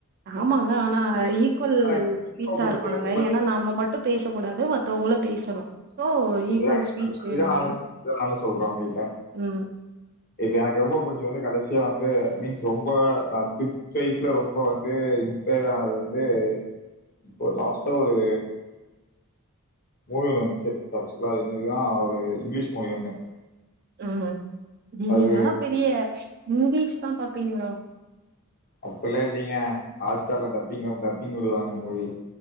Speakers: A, on the right; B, on the left.
A: ஆமாங்க ஆனா ஈக்குவல்
B: எனக்கு
A: ஸ்பீச்சா
B: ரொம்ப புடிச்சது
A: இருக்கணுங்க
B: வந்து பாத்தீங்கன்னா
A: ஏன்னா நம்ம மட்டும் பேச கூடாது மத்தவங்களும் பேசணும் ஸோ ஈக்குவல்
B: இல்லங்க
A: ஸ்பீச் வேணுங்க.
B: வெறும் ஆள புடிச்சிதுனு சொல்றேன் உங்க கிட்ட
A: ம்,
B: இப்ப எனக்கு ரொம்ப பிடிச்சி வந்து கடைசி வந்து மீன்ஸ் ரொம்ப நான் ஸ்கிரிப்ட் வைஸ்ல ரொம்ப வந்து இன்ஸ்பர் ஆனது வந்து இப்போ லாஸ்டா ஒரு மூவில வந்துச்சு ஆக்சுவலா அது இன்னக்கித்தான் ஒரு இங்கிலீஷ் மூவி ஒண்ணு
A: உஹம் நீங்களா
B: அது
A: பெரிய இங்கிலீஷ் தான் பாப்பீங்களோ?
B: அப்பல்லாம் இல்லைங்க ஹாட்ஸ்டார்ல டப்பிங் டப்பிங் விடுவாங்க மோடி